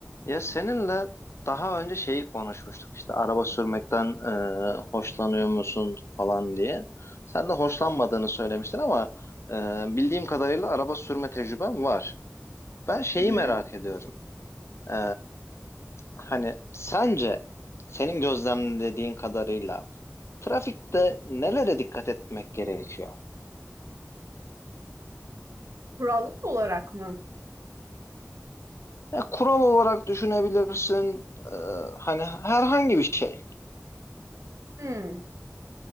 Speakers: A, on the left; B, on the right.
A: Ya seninle daha önce şeyi konuşmuştuk işte araba sürmekten e, hoşlanıyor musun falan diye. Sen de hoşlanmadığını söylemiştin ama e, bildiğim kadarıyla araba sürme tecrüben var. Ben şeyi
B: Hı hı.
A: merak ediyorum. E, hani sence senin gözlemlediğin kadarıyla trafikte nelere dikkat etmek gerekiyor?
B: Kurallar olarak mı?
A: Ya, kural olarak düşünebilirsin e, hani herhangi bir şey.
B: Hımm.